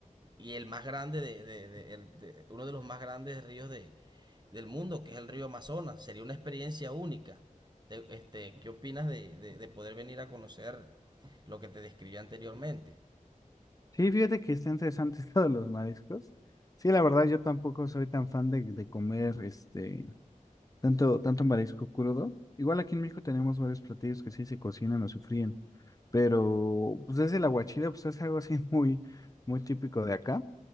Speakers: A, on the right; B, on the left.
A: y el más grande de, de- de- el- de- uno de los más grandes ríos de, del mundo, que es el río Amazonas. Sería una experiencia única. Te- este, ¿qué opinas de, de de poder venir a conocer lo que te describí anteriormente?
B: Sí, fíjate que está interesante <laughs> esto de los mariscos. Sí, la verdad, yo tampoco soy tan fan de, de comer este tanto, tanto marisco crudo. Igual aquí en México tenemos varios platillos que sí se cocinan o se fríen. Pero pues es el aguachile, pues es algo así <laughs> muy, muy típico de acá.